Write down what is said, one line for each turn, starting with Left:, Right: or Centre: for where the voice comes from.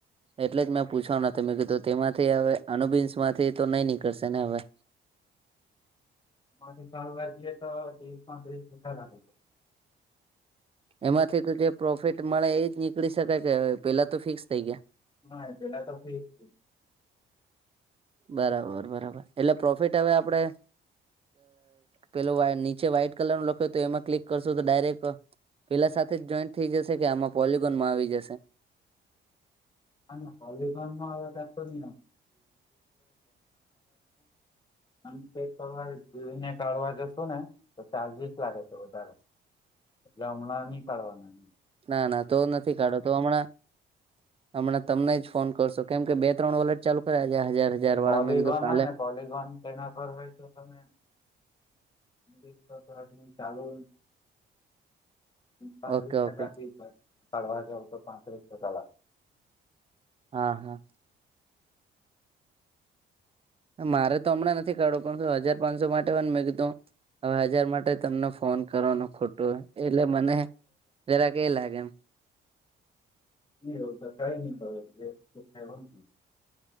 Right: એટલે જ મેં પૂછવાનું મેં કીધું તેમાંથી હવે અનુબિન્સ માંથી તો નઈ નીકળશે ને હવે.
Left: માછ કાલવા જએ તો દીસ પાંત્રીસ દસ લાગે.
Right: એમાંથી તો જે પ્રોફિટ મળે એજ નીકળી શકાય કે પેલા તો ફિક્સ થઈ ગયા.
Left: ના પેલા તો ફી જ.
Right: બરાબર બરાબર એટલે પ્રોફિટ હવે આપણે પેલો નીચે વ્હાઈટ કલર નું લખ્યો તો એમાં ક્લિક કરશો તો ડાયરેક્ટ. પેલા સાથે જ જોઈન્ટ થઈ જશે કે આમાં પોલગોનમાં આવી જશે.
Left: અને હોલગોનમાં હવે ક હ એમ. આમ ચેક કરવા જોઈને કાઢવા જશો ને તો ચાર્જસ લાગે છે વધારે. એટલે હમણાં નહી કાડવાાના
Right: ના ના તો નથી કાઢો તો હમણાં. હમણા તમને જ ફોન કરશો કેમ કે બે ત્રણ વોલેટ ચાલુ કર્યા હજાર હજાર. વાળા
Left: પોલગોન
Right: મેં કીધું કાલે
Left: હોય ને પોલિગોન તેના પર હોય તો તમે. <unintelligible> તો ચાલુ પાંત્રીસ
Right: ઓકે
Left: ટકાીડવા
Right: ઓકે
Left: જ તો પાંત્રીસ ટકા લાગે.
Right: હા હા. મારે તો હમણાં નથી કાઢવું પણ હજાર પાંચસો માટે વાનું મેં કીધું. હવે હજાર માટે તમને ફોન કરવાનો ખોટો એટલે મને જરા કે લાગે એમ.
Left: એ એવ તો કઈ નહી